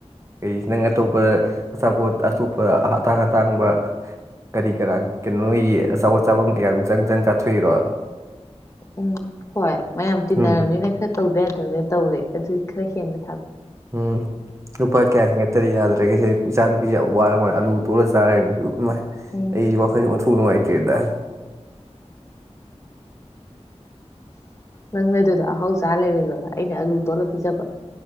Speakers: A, on the right (about 25°); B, on the left (about 25°).
A: ꯏꯁ ꯅꯪ ꯑꯇꯣꯞꯄꯗ ꯑꯆꯥꯄꯣꯠ ꯑꯇꯣꯞꯄ ꯑꯇꯥꯡ ꯑꯇꯥꯡꯕ ꯀꯔꯤ ꯀꯔꯥ ꯀꯩꯅꯣꯏꯒꯤ ꯑꯆꯥꯄꯣꯠ ꯆꯥꯐꯝ ꯀꯌꯥꯝ ꯆꯪ ꯆꯪ ꯆꯥꯊꯣꯛꯏꯔꯣ
B: ꯎꯝ ꯍꯣꯏ ꯃꯌꯥꯝ ꯇꯤꯟꯅꯔꯕꯅꯤꯅ
A: ꯎꯝ
B: ꯈꯔ ꯇꯧꯗꯌꯥꯗꯦ ꯇꯧꯔꯦ ꯑꯗꯨ ꯈꯔ ꯍꯦꯟꯅ ꯊꯥꯔꯛꯑꯣ
A: ꯎꯝ ꯂꯨꯄꯥ ꯀꯌꯥ ꯍꯦꯟꯒꯛꯇꯔꯗꯤ ꯌꯥꯗ꯭ꯔꯦ ꯁꯤꯅꯤ ꯏꯆꯥ ꯅꯨꯄꯤꯁꯦ ꯌꯥꯝ ꯋꯥꯔ ꯋꯥꯔ ꯑꯂꯨ ꯇꯣꯂꯒ ꯆꯥꯔꯦꯕꯁꯨ
B: ꯎꯝ
A: ꯑꯩ ꯋꯥꯈꯟ ꯑꯣꯟꯊꯣꯛ ꯄꯔ ꯅꯨꯛꯥꯏꯇꯔꯤꯗ
B: ꯅꯪꯅ ꯑꯗꯨꯗ ꯑꯍꯥꯎ ꯆꯥ ꯂꯩꯔꯕ ꯑꯩꯅ ꯑꯂꯨ ꯇꯣꯠꯂ ꯄꯤꯖꯕ